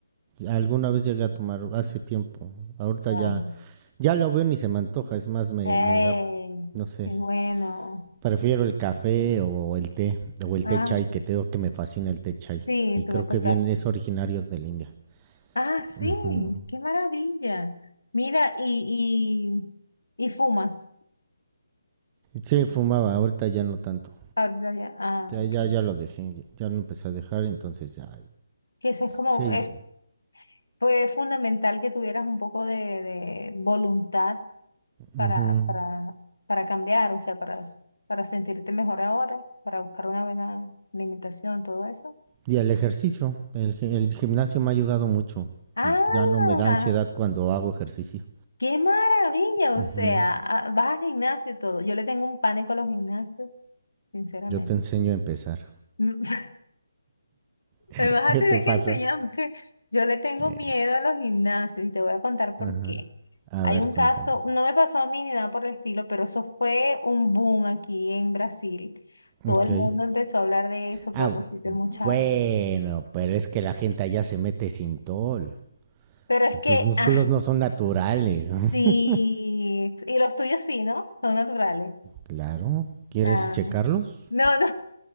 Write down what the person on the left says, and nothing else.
Wow.
¡Hey!
¡Qué bueno!
Ah,
sí,
tú
me contaste.
Ah, sí,
qué maravilla. Mira, y, y, y fumas.
Ah, ya, ya, ah,
ok.
Que eso es como,
eh, fue fundamental que tuvieras un poco de, de voluntad para,
para, para cambiar, o sea, para, s- para sentirte mejor ahora, para buscar una buena alimentación, todo eso.
Ah,
qué maravilla, o
sea, ah, vas al gimnasio y todo. Yo le tengo un pánico a los gimnasios, sinceramente.
M-
Me vas
a tener
que enseñar porque yo le tengo
miedo a los gimnasios y te voy a contar por
qué.
Hay
un
caso, no me pasó a mí ni nada por el estilo, pero eso fue un boom aquí en Brasil. Todo
el mundo empezó a hablar de eso,
pobrecito el muchacho.
Pero es
que,
ah,
sí, y los tuyos sí, ¿no? Son naturales.
Ah,
no, no,